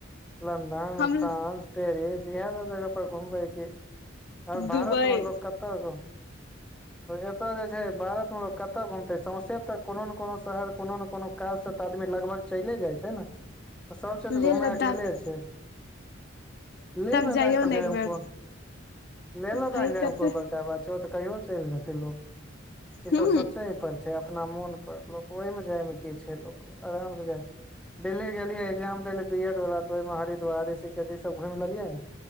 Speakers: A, in the centre; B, on the left.
A: लन्दन
B: हम
A: फ्रांस पेरिस इहे सब जगह पर घुमबै कि आब
B: दुबई
A: भारत मे लोक कतऽ तऽ एतय जे छै भारत मे लोग कतय घुमते सौंसे तऽ कोनो ने कोनो शहर कोनो ने कोनो काज से तऽ आदमी लगभग चले जाइ छै ने तऽ सब चिज
B: लेह
A: घूमे
B: लद्दाख
A: गेले छै लेह लद्दाख
B: जाइयौ ने
A: सब जायमे
B: एक बेर
A: कोन लेह
B: भाय
A: लद्दाख जायमे
B: कते
A: कोन बड़का बात छै तऽ कहियो चलि जेतै लोक ई
B: हूँ
A: सब सोचे पर छै अपना मोन पर लोक ओहि मे जाय मे कीऽ छै लोक आराम से जाऽ दिल्ली गेलियै एग्जाम देले बी एड वला तऽ ओहिमे हरिद्वार ऋषिकेश ई सब घुमि लेलियै ने